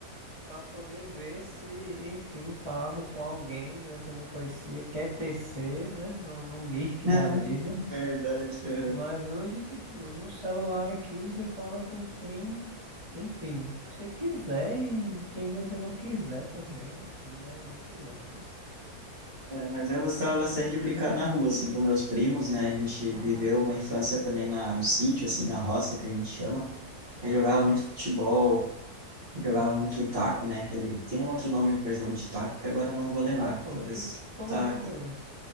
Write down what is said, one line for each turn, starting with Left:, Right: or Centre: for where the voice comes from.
Left: para poder ver se, enfim, falava com alguém que você não conhecia, QTC, né? No, no Mirk
Right: <laughs>
Left: da vida.
Right: Verdade. é.
Left: Mas hoje, tipo, no celular aqui você fala com quem, enfim, você quiser e quem você não quiser também, enfim, né? Muito louco isso.
Right: É, mas eu gostava bastante de brincar na rua, assim, com meus primos, né? A gente
Left: Uhum.
Right: viveu uma infância também na, no sítio, assim, na roça, que a gente chama. Aí jogava muito futebol, jogava muito taco, né? Aquele, tem um outro nome para jogo de taco que agora eu não vou lembrar.
Left: Taco?
Right: Talvez
Left: Que, que- como
Right: taco,
Left: é esse jogo?